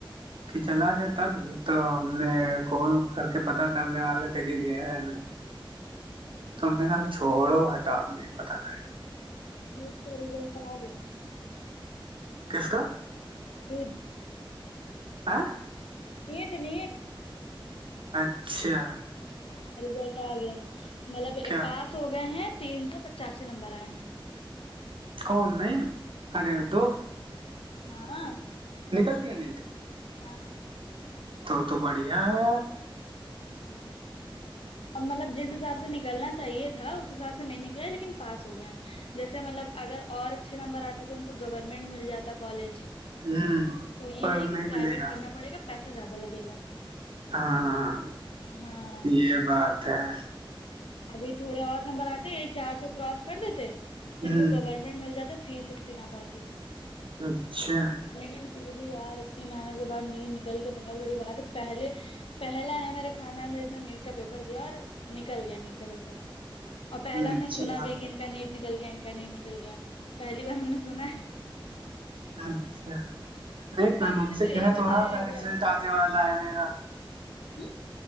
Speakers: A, on the right; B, on the left.
A: کہ چلا جات تب تو ہم نے کال کر کے پتہ کرنے والے تھے کہ کیا ہے نہیں تم نے کہ چھوڑو ہٹا نہیں پتا کریں
B: نیٹ کا رزلٹ آگیا
A: کس کا
B: <unintelligible>
A: آ ہ
B: نیٹ نیٹ
A: اچھا
B: ہاں ریزلٹ آ گیا مطلب
A: کیا
B: پاس ہو گئے ہیں تین سو پچاسی نمبر آئے ہیں
A: کون نہیں ارے
B: ہاں
A: دوست
B: ہاں
A: نکل گیا نیٹ
B: ہاں
A: تو تو بڑھیا ہے یار <inaudible>
B: ہاں اب مطلب جس حساب سے نکلنا چاہیے تھا اس حساب سے نہیں نکلے لیکن پاس ہو گئے ہیں جیسے مطلب اگر اور اچھے نمبر آتے تو ان کو گورمینٹ مل جاتا کالج
A: ہوں
B: تو یہ
A: پر
B: ہے کہ
A: نہیں
B: پرائیویٹ
A: ملے گا
B: کرنا پڑے گا پیسہ زیادہ لگے گا
A: ہاں
B: ہاں
A: یہ بات ہے
B: ابھی تھوڑے اور نمبر آتے یہ چار سو کراس کر دیتے تو
A: ہ
B: ان کو گورمنٹ گورمنٹ مل جاتا فیس اتنی نہ پڑتی
A: اچھا
B: لیکن پھر بھی یار اتنی محنت کے بعد نیٹ نکل کے بہت بڑی بات ہے پہلے پہلا ہے میرے خاندان میں نے نیٹ کا پیپر دیا اور نکل گیا نیٹ کا پیپر اور پہلا ہم
A: اچھی
B: نے سنا
A: بات
B: بھی کہ
A: ہے
B: ان کا نیٹ نکل گیا ان کا نیٹ نکل گیا پہلی بار ہم نے سنا
A: اچھا نہیں میم
B: خالو
A: ہم
B: نے
A: سے
B: یہی
A: تو
B: بتایا
A: رہا تھا
B: ہے ابھی
A: رزلٹ آنے دیوالا ہے میرا
B: جی